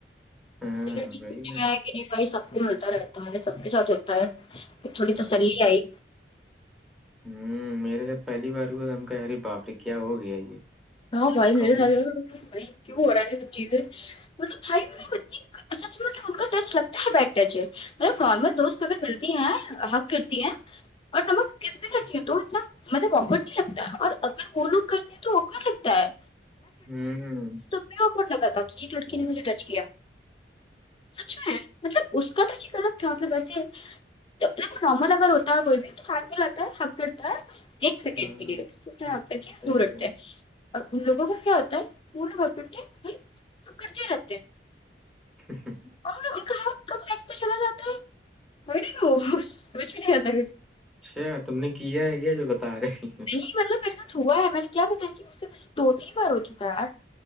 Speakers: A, in the centre; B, on the left.
A: ہاں
B: لگر
A: وہی
B: سننے
A: نا
B: میں آیا کہ نپھائی سب کو ملتا رہتا ہے سب کے ساتھ ہوتا ہے تھوڑی
A: وہی
B: تسلی
A: تو
B: آئی
A: ہوں میرے ساتھ پہلی بار ہوا تھا ہم کہ ارے باپرے کیا ہو گیا یہ
B: ہاں بھائی میرے
A: کہوں
B: ساتھ بھائی کیوں ہو رہا ہے چیز ملب بھائی م ب اچھا اچھا مطلب ان کا ٹچ لگتا ہے بیٹ ٹچ ہے م فارمل دوست اگر ملتی ہیں حق کرتی ہیں اور نمک کس بھی کرتی ہے تو اتنا مطب آکڈ نہیں لگتا ہے اور اگر وہ لوگ کرتے ہیں تو متا ہے
A: ہوں
B: میراپٹ لگا تھا کہ ایک لڑکی نے مجھے ٹچ کیا سچ میں ہے مطلب اس کا تو چ کر ر تھا مطھر ویسے مطلب نارمل اگر ہوتا ہے کوئی بھی تو نارمل آتا ہے حق کرتا ہے ایک سیکنڈ
A: ہاں،
B: کے لیے اس آ کر کے
A: صحیح
B: دور رکھتے
A: ہے
B: ہیں اور ان لوگوں کو کیا ہوتا ہے وہ لوگ ا کرتے پ کرڑتے رہتے
A: <unintelligible>
B: اور تو چلا جاتا ہے نہیں وہ سوچ بھی نہیں آا
A: اچھا تم نے کیا ہے کیا جو بتا رہے ہیں
B: نہیں مطلب ایسا ہووا ہے میں نے کیا بتایا کہ مجھ سے بس دو تین بار ہو چکا ہے یار